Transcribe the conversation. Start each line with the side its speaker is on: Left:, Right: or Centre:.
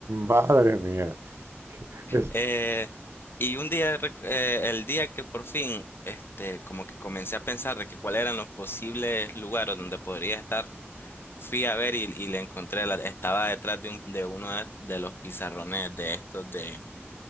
Right: Madre mía, es
Left: Eh, y un día, rec- eh, el día que por fin, este, como que comencé a pensar de que cuáles eran los posibles lugares donde podría estar. fui a ver y, y le encontré, la- estaba detrás de, un, de uno de, de los pizarrones de estos de